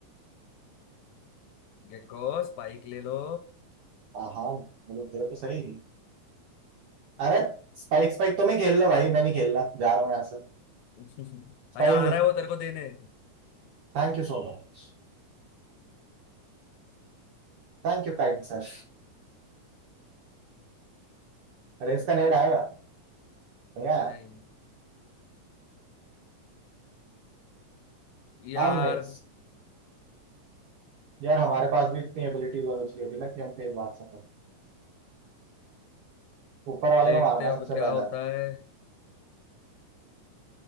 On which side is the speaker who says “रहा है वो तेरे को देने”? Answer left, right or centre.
Left